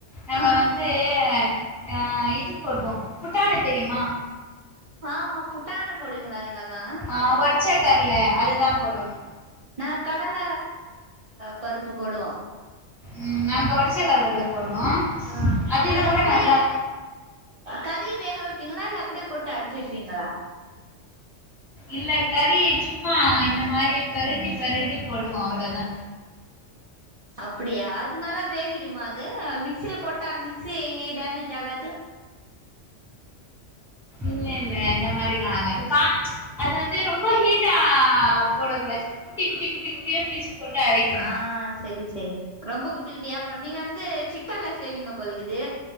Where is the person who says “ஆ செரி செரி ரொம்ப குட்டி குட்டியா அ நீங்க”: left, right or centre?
Right